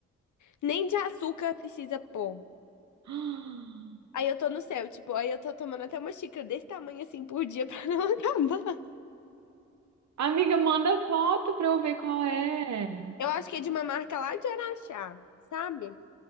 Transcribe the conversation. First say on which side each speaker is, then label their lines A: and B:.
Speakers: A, on the left; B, on the right.
A: Nem de açúcar precisa pôr.
B: <gasps>
A: Aí eu tô no céu, tipo, aí eu tô tomando até uma xícara desse tamanho assim por dia pra não <laughs> acabar.
B: Amiga, manda foto pra eu ver qual é.
A: Eu acho que é de uma marca lá de Araxá, sabe?